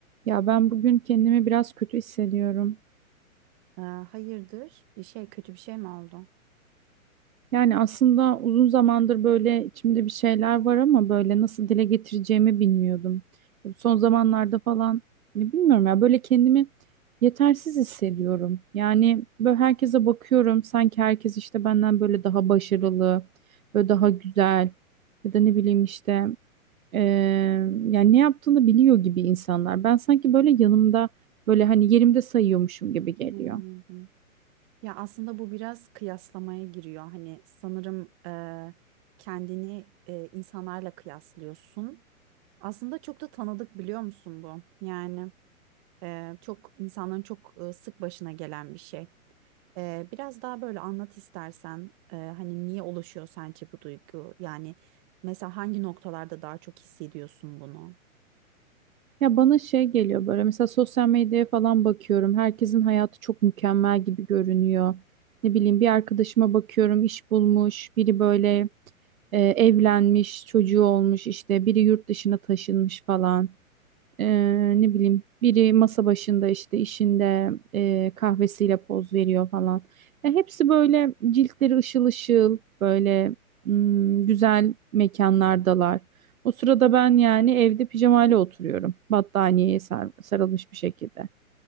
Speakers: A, on the right (about 70°); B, on the right (about 35°).
A: Ya ben bugün kendimi biraz kötü hissediyorum.
B: Ee, hayırdır? Bir şey kötü bir şey mi oldu?
A: Yani aslında uzun zamandır böyle içimde bir şeyler var ama böyle nasıl dile getireceğimi bilmiyordum. Son zamanlarda falan ne bilmiyorum ya böyle kendimi yetersiz hissediyorum. Yani böyle herkese bakıyorum sanki herkes işte benden böyle daha başarılı, böyle daha güzel ya da ne bileyim işte eee, yani ne yaptığını biliyor gibi insanlar. Ben sanki böyle yanımda böyle hani yerimde sayıyormuşum gibi geliyor.
B: Anladım. Ya aslında bu biraz kıyaslamaya giriyor. Hani sanırım e, kendini e, insanlarla kıyaslıyorsun. Aslında çok da tanıdık biliyor musun bu? Yani e, çok insanların çok e, sık başına gelen bir şey. E, biraz daha böyle anlat istersen e, hani niye oluşuyor sence bu duygu? Yani mesela hangi noktalarda daha çok hissediyorsun bunu?
A: Ya bana şey geliyor böyle mesela sosyal medyaya falan bakıyorum. Herkesin hayatı çok mükemmel gibi görünüyor. Ne bileyim bir arkadaşıma bakıyorum iş bulmuş, biri böyle e, evlenmiş, çocuğu olmuş işte biri yurt dışına taşınmış falan. Ee, ne bileyim biri masa başında işte işinde e, kahvesiyle poz veriyor falan. Ya hepsi böyle ciltleri ışıl ışıl böyle hmm, güzel mekanlardalar. O sırada ben yani evde pijamayla oturuyorum. Battaniyeye sar- sarılmış bir şekilde.